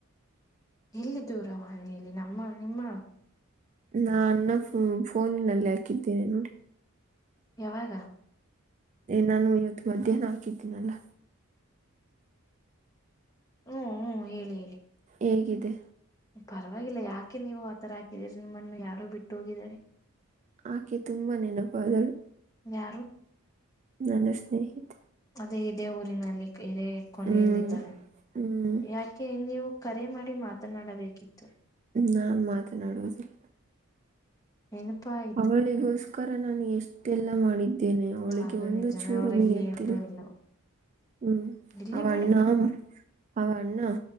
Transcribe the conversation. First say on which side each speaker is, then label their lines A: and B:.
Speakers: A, on the left; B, on the right.
A: ಎಲ್ಲಿ ದೂರವಾಣಿಯಲ್ಲಿ ನಮ್ಮ ನಿಮ್ಮ
B: ನಾ ಅನ್ನ ಫೋನ್ನಲ್ಲಿ ಹಾಕಿದ್ದೇನೆ ನೋಡಿ
A: ಯಾವಾಗ
B: ನಾನು ಇವತ್ತು ಮಧ್ಯಾಹ್ನ ಹಾಕಿದ್ದೀನಲ್ಲಾ
A: ಹ್ಮ್ ಹ್ಮ್ ಹೇಳಿ ಹೇಳಿ
B: ಹೇಗಿದೆ
A: ಪರವಾಗಿಲ್ಲ ಯಾಕೆ ನೀವು ಆತರ ಹಾಕಿದೀರಿ ನಿಮ್ಮನ್ನು ಯಾರು ಬಿಟ್ಟೋಗಿದ್ದಾರೆ
B: ಆಕೆ ತುಂಬಾ ನೆನಪಾದರು
A: ಯಾರು
B: ನನ್ನ ಸ್ನೇಹಿತ
A: ಅದೇ ಇದೇ ಊರಿನಲ್ಲಿ ಹಿರೇ ಕೊನೆಯೆಯಲ್ಲಿ
B: ಹ್ಮ್
A: ಇದ್ದಾಳೆ
B: ಹ್ಮ್
A: ಯಾಕೆ ನೀವು ಕರೆ ಮಾಡಿ ಮಾತನಾಡಬೇಕಿತ್ತು
B: ನಾನ್ ಮಾತನಾಡುವುದಿಲ್ಲ
A: ನೆನಪಾಯ
B: ಅವಳಿಗೋಸ್ಕರ ನಾನು ಎಷ್ಟೆಲ್ಲ ಮಾಡಿದ್ದೇನೆ ಅವಳಿಗೆ
A: ಅದು
B: ಒಂದು
A: ನಿಜಾನೇ
B: ಚೂರು
A: ಅವರಿಗೆ
B: ನೀಯತ್ತಿಲ್ಲ
A: ಏನೂ ಇಲ್ಲ
B: ಹ್ಮ್
A: ಇಲ್ಲಿ
B: ಅವಣ್ಣ
A: ಬಿಡಿ
B: ಅವಣ್ಣ